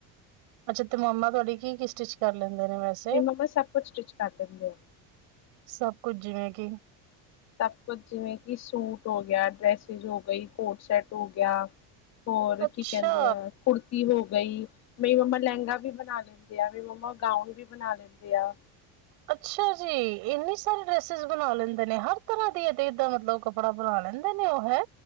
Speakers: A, on the right; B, on the left.
A: ਅੱਛਾ ਤੇ ਮੰਮਾ ਤੁਹਾੜੀ ਕੀ ਕੀ ਸਟਿੱਚ ਕਰ ਲੈਂਦਾ ਹੁੰਦੇ ਨੇ ਵੈਸੇ,
B: ਮੇਰੀ ਮੰਮਾ ਸਭ ਕੁਛ ਸਟਿਚ ਕਰ ਦਿੰਦੇ ਆ
A: ਸਭ ਕੁੱਝ ਜਿਵੇਂ ਕਿ
B: ਸਭ ਕੁਝ ਜਿਵੇਂ ਕਿ ਸੂਟ ਹੋ ਗਿਆ ਡ੍ਰੈਸਿਸ ਹੋ ਗਈ ਕੋਟ ਸੈਟ ਹੋ ਗਿਆ ਹੋਰ
A: ਅੱਛਾ
B: ਕੀ ਕਹਿੰਦੇ ਆ ਕੁੜ ਹੋ ਗਈ ਮੇਰੀ ਮੰਮਾ ਲਹਿੰਗਾ ਵੀ ਬਣਾ ਲੈਂਦੇ ਆ, ਮੇਰੀ ਮੰਮਾ ਗਾਊਨ ਵੀ ਬਣਾ ਲੈਂਦੇ ਆ।
A: ਅੱਛਾ ਜੀ ਇੰਨੀ ਸਾਰੇ ਡਰੈਸਿਸ ਬਣਾ ਲੈਂਦੇ ਨੇ ਹਰ ਤਰ੍ਹਾਂ ਦੀ ਏਦਾਂ ਮਤਲਬ ਕੱਪੜਾ ਬਣਾ ਲੈਂਦੇ ਨੇ ਉਹ, ਹੈ!